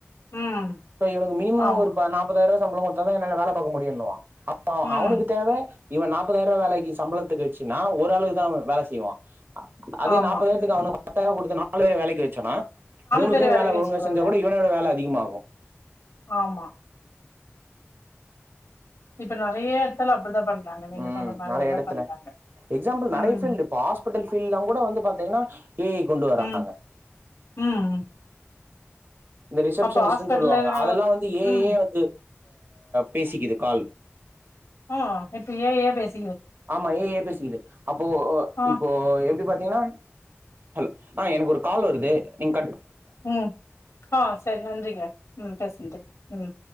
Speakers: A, on the left; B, on the right.
A: ம்
B: சோ இவனுக்கு மினிமம்
A: ஆமா.
B: ஒரு பா நாப்பதாயிரம் சம்பளம் கொடுத்தா என்னால வேல பார்க முடியும்ன்னுவான் அப்போ
A: ம்
B: அவனுக்கு தேவ இவன் நா முப்பதாயிர வேலைக்கு சம்பளத்துக்குச்வெச்சனா ஓரளவுதான் வேல செய்வா அதே
A: ஆமா.
B: நாப்பதாயிரத்துக்கு அவனுக்கு பத்தாயிரம் கொடுத்து நாலு பேற வேலைக்கு வச்சோன்னா மூணு
A: பேரு
B: பேர்
A: வேலைக்கு
B: வேல ஒழுங்கு
A: வச்சுக்கலாம்ல.
B: செஞ்சா கூட இவனோட வேல அதிகமாகும்
A: ஆமா. இப்ப நறைய இடத்துல அப்படிதான் பண்றாங்க. நீங்க
B: உம்
A: சொன்ன மாரியேதான்
B: நிறைய இடத்துல
A: பண்றாங்க.
B: எக்ஸாம்பிள்
A: ம்,
B: நிறைய பீல்டு இப்ப ஹாஸ்பிட்டல் பீல்ட எலாம் கூட வந்து பாத்தீங்கன்னா ஏஜ கொண்டு வராங்க
A: ம், ம்.
B: இந்த ரிசப்ஷனிஸ்ட்ஸ்
A: அப்ப ஹாஸ்பிட்டல்ல
B: சொல்லுவாங்க அதெல்லாம் வந்து ஏஜயே
A: ம்.
B: வந்து பேசிக்குது கால்
A: ஆஹ் இப்ப ஏ ஜ ஏ பேசு
B: ஆமா ஏ ஜ ஏ பேசக்குது அப்போ
A: ஆ,
B: இப்போ எப்டி பாத்தீங்கன்னா ஹலோ ஆ எனக்கு ஒரு கால் வருது நீங்
A: உம் ஆஹ் சரி நன்றிங்க உம் பேசுனதுகு உம்